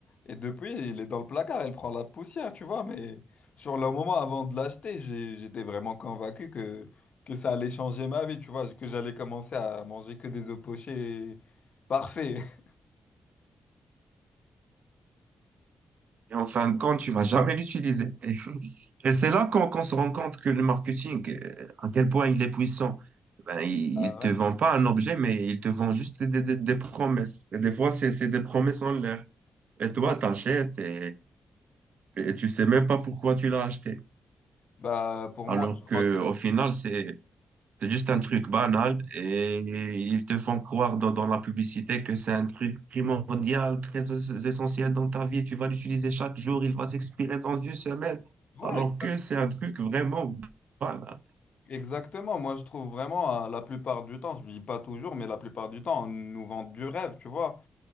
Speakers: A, on the left; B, on the right.
A: Et depuis, il est dans le placard, il prend la poussière, tu vois. Mais sur le moment, avant de l'acheter, j'ai- j'étais vraiment convaincu que, que ça allait changer ma vie, tu vois. Que j'allais commencer à manger que des œufs pochés parfaits. <laughs>
B: Et en fin de compte, tu vas jamais l'utiliser. <laughs> Et c'est là qu'on qu'on se rend compte que le marketing, euh, à quel point il est puissant. Ben, il
A: Ah
B: il te
A: ouais.
B: vend pas un objet, mais il te vend juste des, des- des promesses. Et des fois, c'est c'est des promesses en l'air. Et
A: Exact.
B: toi, t'achètes et, et tu sais même pas pourquoi tu l'as acheté.
A: Bah, pour
B: Alors
A: moi, je crois
B: que
A: qu'il.
B: au final, c'est c'est juste un truc banal et ils te font croire dans, dans la publicité que c'est un truc primordial, très es- essentiel dans ta vie. Tu vas l'utiliser chaque jour, il va s'expirer dans une semaine.
A: Ouais,
B: Alors que c'est un truc vraiment banal.
A: Exactement, moi je trouve vraiment euh, la plupart du temps, je dis pas toujours, mais la plupart du temps, on nous vend du rêve, tu vois.